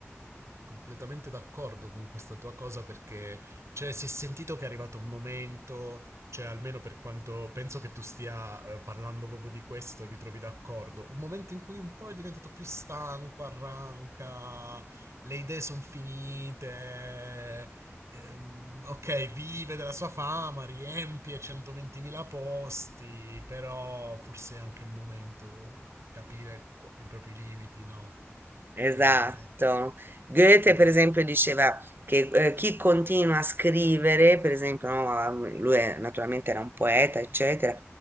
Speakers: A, on the right (about 80°); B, on the right (about 50°).
A: Completamente d'accordo con questa tua cosa perché, cioè, si è sentito che è arrivato un momento, cioè, almeno per quanto penso che tu stia eh, parlando proprio di questo e vi trovi d'accordo, un momento in cui un po' è diventato più stanco, arranca, le idee sono finite, ehm, ok, vive della sua fama, riempie 120.000 posti, però forse è anche il momento di capire qu- i propri limiti, no?
B: Esatto.
A: Eh,
B: Goethe,
A: mm.
B: per esempio, diceva che eh, chi continua a scrivere, per esempio, no, ah, m- lui è- naturalmente era un poeta, eccetera,